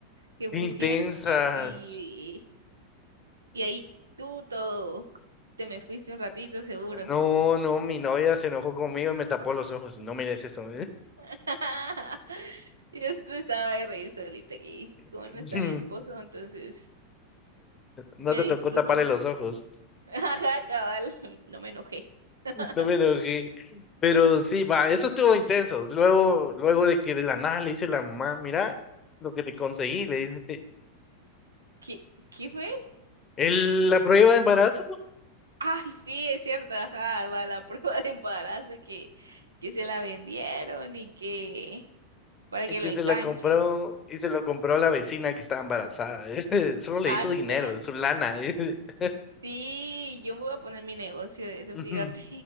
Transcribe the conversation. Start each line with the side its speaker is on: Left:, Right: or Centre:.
Right: que pusieron
Left: Intensas.
Right: así, y ahí tú todo, te me fuiste un ratito seguro,
Left: No, no, mi novia se enojó conmigo y me tapó los ojos. y No mires eso.
Right: <laughs> yo estaba de reír solita aquí,
Left: <laughs>
Right: como no está mi esposo, entonces,
Left: No
Right: me
Left: te tocó
Right: disfruto,
Left: taparle los ojos.
Right: <laughs> ajá, cabal, no me enojé, <laughs>
Left: <laughs> No me enojé. Pero sí, va, eso estuvo intenso. Luego, luego de que de la nada le dice la mamá, mira lo que te conseguí, le dice,
Right: ¿qué, qué fue?
Left: "El- la prueba de embarazo.
Right: Ay, sí, es cierto, ajá, va la <laughs> prueba de embarazo que, que se la vendieron y que para
Left: Y
Right: que
Left: que
Right: lo enganche.
Left: se la compró, y se lo compró a la vecina que estaba embarazada. <laughs> Solo le hizo
Right: Ajá.
Left: dinero, su lana. <laughs>
Right: Sí, yo me voy a poner mi negocio de eso,
Left: Ujú.
Right: fíjate.